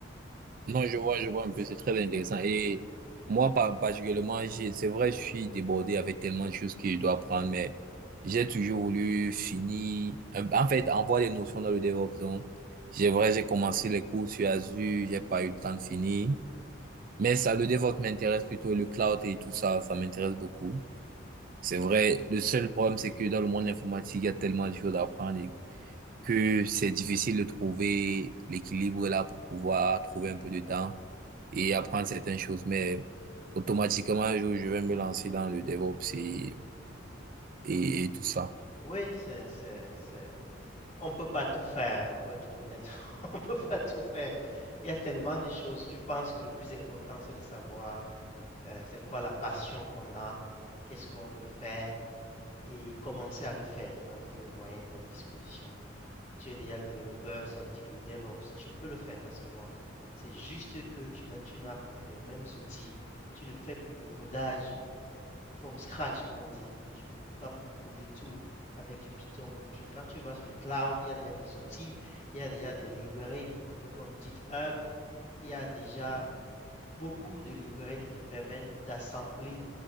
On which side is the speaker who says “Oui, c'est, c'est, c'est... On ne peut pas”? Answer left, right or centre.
Left